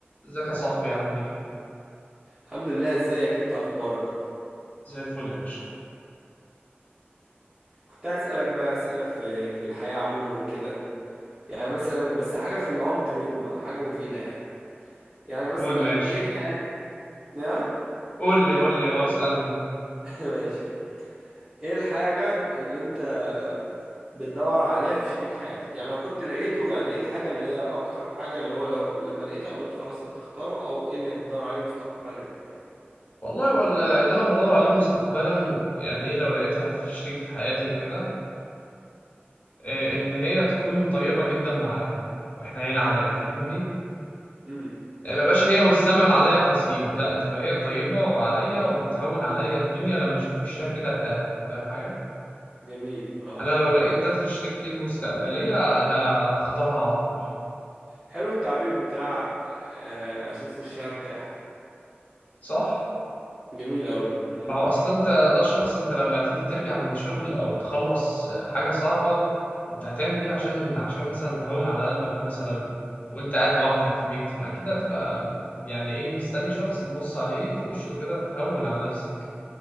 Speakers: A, on the left (about 40°); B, on the right (about 25°).
A: ازيك يا صاحبي عامل ايه؟
B: الحمد لله ازيك انت اخبارك
A: زي الفل يا باشا
B: كنت عايز اسالك بقى اسئله في في الحياه عموما كده يعني مثلا بس حاجه في العمق منه بقى حاجه مفيده يعني يعني مثلا
A: قول ماشي
B: ايه الحاجه يا
A: قول لي قول لي اه اسألني
B: <laughs> ماشي ايه الحاجه اللي انت بتدور عليها في شريك حياتك يعني لو كنت لقيته يعني ايه الحاجه اللي هي اكتر حاجه اللي هو لو لما لقيتها قلت خلاص هتختاره او ايه اللي بتدور عليه مستقبلا يعني
A: والله ولا اللي انا بدور عليه مستقبلا يعني ايه لو لقيتها في شريكة حياتي وكده إيه ان هي تكون طيبة جدا معايا واحنا هنا عليا
B: امم
A: فاهمني؟
B: امم
A: يعني ما يبقاش هي والزمن عليا قاسيين لا تبقى هي طيبة عليا وبتهون عليا الدنيا لما اشوف وشها كده ارتاح فاهم حاجة؟
B: جميل اه
A: انا لو لقيت
B: حلو
A: ده في شريكتي المستقبلية انا هختارها على طول
B: حلو التعبير بتاع آه، اشوفه الشهر تاح
A: صح؟
B: جميل قوي امم
A: ما هو اصل انت ده شخص انت لما تيجي ترجع من شغل او تخلص حاجة صعبة انت هتعمل ايه عشان عشان مثلا تهون على قلبك مثلا وانت قاعد لوحدك في بيت ما اكيد هتبقى يعني ايه مستني شخص تبص عليه في وشه كده تهون على نفسك